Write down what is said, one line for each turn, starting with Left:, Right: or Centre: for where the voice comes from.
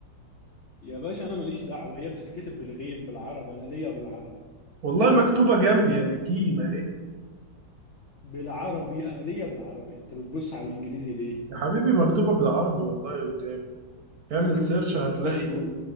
Left: يا باشا انا ماليش دعوه هي بتتكتب بالغين بالعربي انا ليا بالعربي
Right: والله مكتوبة جنبي يا بالجيم اهي
Left: بالعربي انا ليا بالعربي انت بتبص على الانجليزي ليه
Right: يا حبيبي مكتوبة بالعربي والله قدامي اعمل سيرش هتلاقي
Left: خش و...